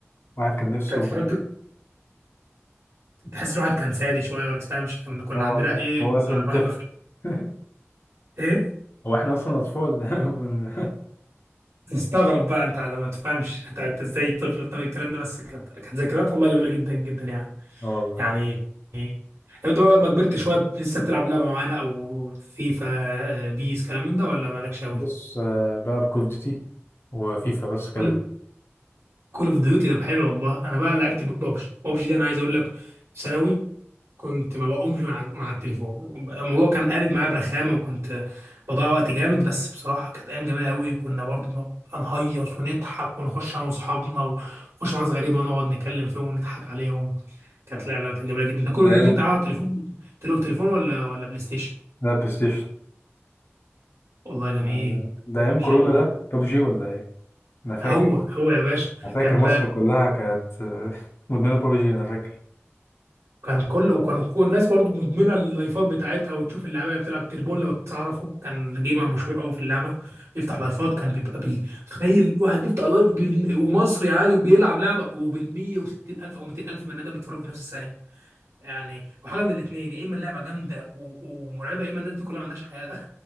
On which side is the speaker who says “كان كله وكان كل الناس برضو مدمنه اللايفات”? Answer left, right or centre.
Right